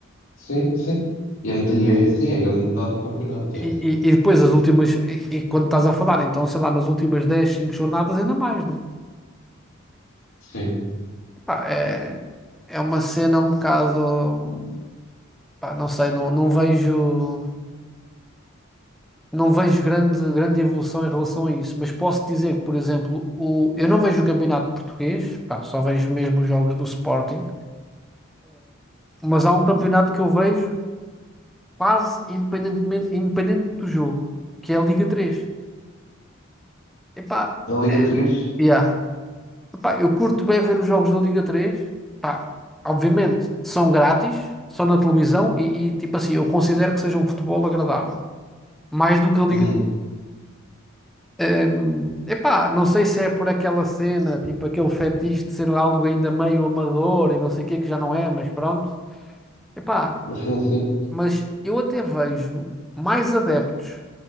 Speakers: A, on the left (about 85°); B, in the centre.
A: sim, sim. E é, meta- e é, sim, é a grande metade do campeonato,
B: E,
A: é.
B: e, e depois as últimas, e, e quando estás a falar, então sei lá, nas últimas 10 5 jornadas ainda mais, né?
A: Sim.
B: Pá, é, é uma cena um bocado, pá, não sei, não, não vejo, não vejo grande, grande evolução em relação a isso, mas posso dizer que, por exemplo, o, eu não vejo o campeonato português, pá, só vejo mesmo os jogos do Sporting, mas há um campeonato que eu vejo quase independentemente, independente do jogo, que é a Liga 3. Epá,
A: A Liga três
B: yeah. Epá, eu curto bem ver os jogos da Liga 3. pá, obviamente são grátis, são na televisão e, e tipo assim, eu considero que seja um futebol agradável. mais do que a Liga.
A: Uhum.
B: Hum, epá, não sei se é por aquela cena, tipo aquele fetiche de ser algo ainda meio amador e não sei o que, que já não é, mas pronto. Epá,
A: Sim, sim.
B: mas eu até vejo mais adeptos